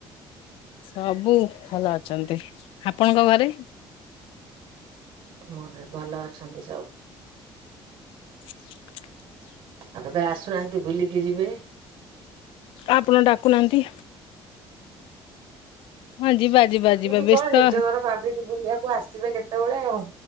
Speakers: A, on the left; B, on the right.
A: ସବୁ ଭଲ ଅଛନ୍ତି, ଆପଣଙ୍କ ଘରେ?
B: ମୋରେ, ଭଲ ଅଛନ୍ତି ସବୁ।
A: <unintelligible>
B: ଆଉ କେତେବେଳେ ଆସୁନାହାନ୍ତି, ବୁଲିକି ଯିବେ।
A: ଆପଣ ଡାକୁନାହାନ୍ତି? ହଁ ଯିବା, ଯିବା, ଯିବା,
B: ଯିବି
A: ବ୍ୟସ୍ତ
B: କଣ ନିଜ ଘର ଭାବିକି ବୁଲିବାକୁ ଆସିବେ କେତେବେଳେ ଆଉ।